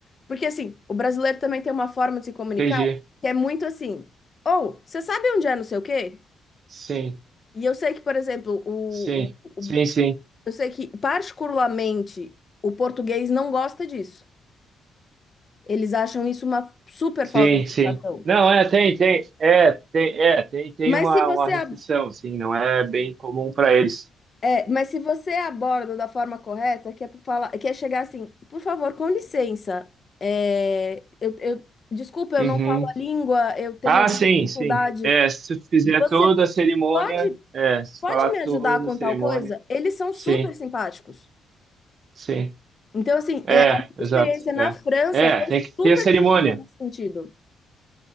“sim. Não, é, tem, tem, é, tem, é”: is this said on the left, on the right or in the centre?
Right